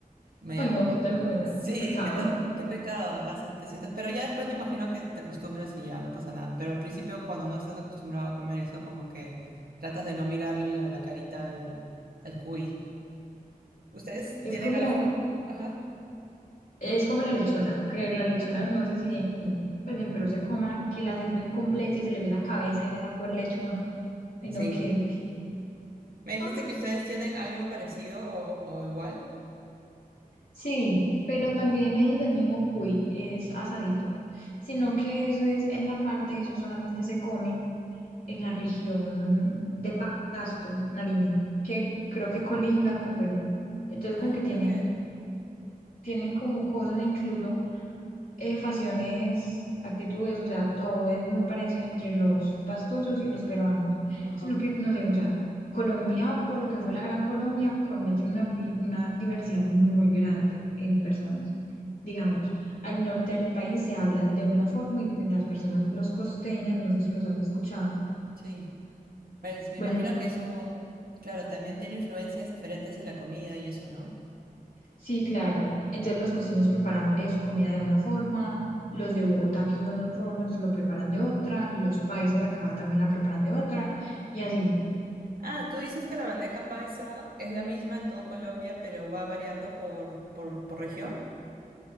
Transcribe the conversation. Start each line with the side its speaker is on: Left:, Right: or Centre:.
Right: medio,
Left: Ay, no, qué ternura,
Right: sí,
Left: qué pecado.
Right: qué, tor- qué pecado, ajá, se- te sientes, pero ya después me imagino que te acostumbras y ya no pasa nada, pero al principio cuando no estás acostumbrado a comer eso, como que tratas de no mirarle la, la carita al, al cuy. ¿Ustedes
Left: Es
Right: tienen
Left: como,
Right: algo? Ajá.
Left: es como la lechona, que la lechona, no sé si en, pues en Perú se coma, que la sirven completa y se le ve la cabeza y a la pobre lechona. Ay,
Right: Sí.
Left: no, qué, qué-
Right: ¿Me dijiste
Left: Ah,
Right: que ustedes tienen algo parecido o, o igual?
Left: sí, pero también es del mismo cuy, es asadito, sino que eso es en la parte, eso solamente se come en la región de Pa- Pasto, Nariño, que creo que colinda con Perú. Entonces
Right: Ah,
Left: como que tienen
Right: ok.
Left: tienen como cosas, incluso eh, facciones, actitudes, o sea, todo es muy parecido entre los pastusos y los peruanos.
Right: Ajá.
Left: Sino que, no sé, o sea, Colombia, por lo que fue la Gran Colombia, Colombia tiene una, vi- una diversidad muy grande en
Right: ujú,
Left: personas. Digamos, al norte del país se habla de una forma y pues las personas, los costeños, no sé si los has escuchado.
Right: Sí. Pues me
Left: Bueno,
Right: imagino
Left: los, cos-
Right: que eso, claro, también tiene influencias diferentes en la comida y eso, ¿no?
Left: Sí, claro. Entonces los costeños preparan eh, su comida de una forma, los de Bogotá, que son los rolos, lo preparan de otra, los paisas acá también la preparan de otra, y así.
Right: Ah, tú dices que la bandeja paisa es la misma en todo Colombia, pero va variando por, por, por región.